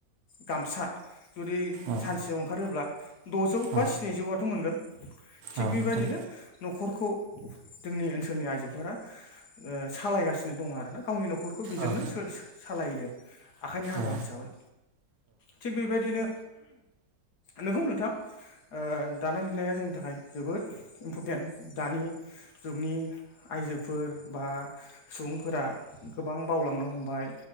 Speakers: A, on the left (about 60°); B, on the right (about 85°).
A: गामसा जुदि
B: औ
A: सानसेयाव ओंखारोब्ला द'जौ बा
B: औ
A: स्निजौआथ' मोनगोन थिग
B: औ
A: बेबायदिनो
B: नोंथां
A: नखरखौ जोंनि ओनसोलनि आइजोफोरा ओ सालायगासिनो दङ आरोना गावनि न'खरखौ बेजोंनो
B: औ
A: सालायो आखाइनि हाबा
B: औ
A: हिसाबै थिग बेबायदिनो नोंगौ नोंथां ओ दानाय लुनाया जोंनि थाखाय जोबोद इम्परटेन्ट दानि जुगनि आइजोफोर बा सुबुंफोरा गोबां बावलांनो हमबाय